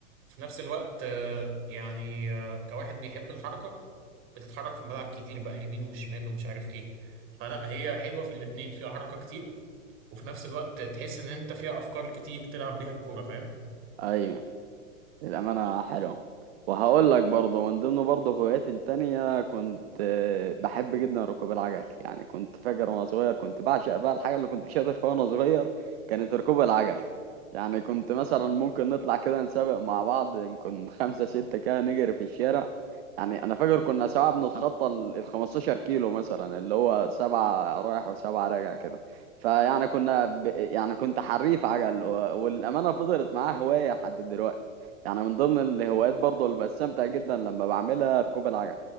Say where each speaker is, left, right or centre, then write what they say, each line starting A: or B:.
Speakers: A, on the right; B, on the right.
A: في نفس الوقت آه، يعني آه، كواحد بيحب الحركة بتتحرك في الملعب كتير بقى يمين وشمال ومش عارف إيه فلا هي حلوة في الاتنين فيها حركة كتير وفي نفس الوقت تحس إن أنت فيها أفكار كتير تلعب بيها الكورة فاهم
B: ايوه الأمانة حلو وهقول لك برضه من ضمن برضه هواياتي التانية كنت آه، بحب جدا ركوب العجل يعني كنت فاكر وأنا صغير كنت بعشق بقى الحاجة اللي كنت شاطر فيها وأنا صغير كانت ركوب العجل يعني كنت مثلا ممكن نطلع كده نسابق مع بعض نكون خمسة ستة كده نجري في الشارع يعني أنا فاكر كنا ساعات بنتخطى ال ال 15 كيلو مثلا اللي هو سبعة رايح وسبعة راجع كده فيعني كنا ب... يعني كنت حريف عجل و... والأمانة فضلت معاه هواية لحد دلوقتي يعني من ضمن الهوايات برضو اللي بستمتع جدا لما بعملها ركوب العجل